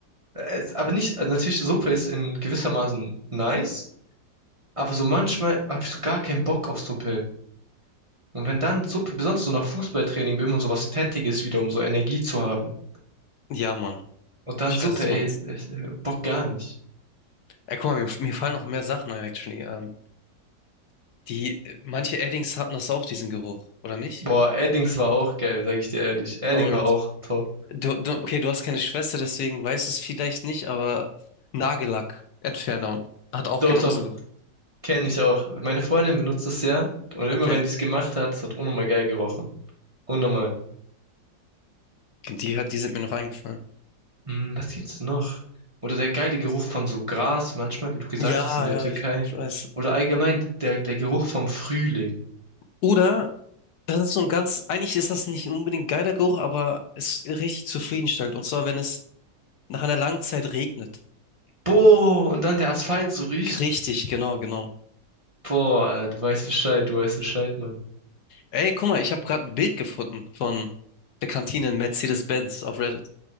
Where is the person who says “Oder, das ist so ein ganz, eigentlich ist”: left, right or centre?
Left